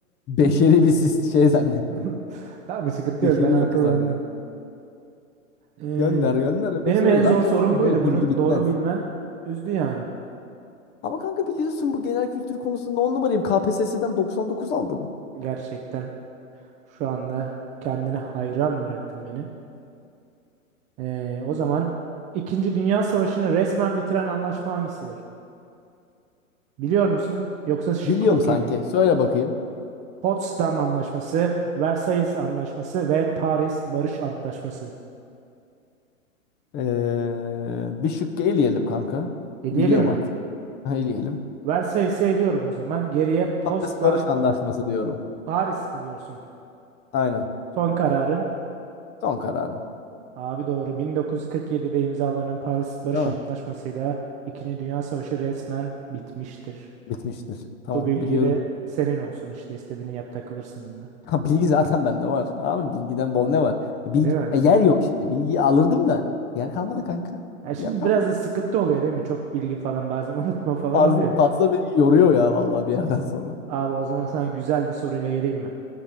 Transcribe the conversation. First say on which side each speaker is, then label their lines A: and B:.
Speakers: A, on the left; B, on the right.
A: beşeri bir sis- şey zannettim.
B: <laughs> Tamam bir sıkıntı
A: Beşeri
B: yok ben akıllandım.
A: yapı zannettim.
B: Ee,
A: Gönder gönder öbür
B: benim
A: soruyu.
B: en zor
A: Ben
B: sorum
A: de kanka
B: buydu
A: böyle
B: bunu
A: bilgi bitmez.
B: doğru bilmen üzdü yani
A: Ama kanka biliyorsun bu genel kültür konusunda on numarayım. KPSS'den 99 aldım.
B: <laughs> gerçekten. Şu anda kendine hayran bıraktın beni. Ee, o zaman İkinci Dünya Savaşı'nı resmen bitiren anlaşma hangisidir? Biliyor musun? Yoksa şık
A: Biliyorum
B: okuyayım
A: sanki.
B: mı?
A: Söyle bakayım.
B: Potsdam Anlaşması, Versailles Anlaşması ve Paris Barış Antlaşması.
A: Ee, bir şıkkı eleyelim kanka.
B: Eleyelim
A: Biliyorum
B: mi?
A: aklım. <laughs> Eleyelim.
B: Versailles'i eliyorum o zaman. Geriye Potsdam,
A: Paris Barış Anlaşması diyorum.
B: Paris mi diyorsun?
A: Aynen.
B: Son kararın.
A: Son kararım.
B: Abi doğru. 1947'de imzalanan Paris Barış
A: Değil mi?
B: Antlaşması ile İkinci Dünya Savaşı resmen bitmiştir.
A: Bitmiştir. Tamam
B: Bu bilgi
A: biliyordum.
B: de
A: <laughs>
B: senin olsun işte istediğini yap takılırsın bununla.
A: Ha, bilgi zaten bende var. Abi bilgiden bol ne var? E,
B: Değil
A: Bilgi
B: mi?
A: e, yer yok şimdi. Bilgiyi alırdım da yer kalmadı kanka.
B: Ya şimdi
A: Yer kalmadı.
B: biraz da sıkıntı oluyor değil mi? Çok bilgi falan bazen <laughs> unutma falan
A: Fazla,
B: oluyor.
A: fazla bilgi yoruyor ya vallahi bir yerden sonra.
B: Abi o zaman sana güzel bir soruyla geleyim mi?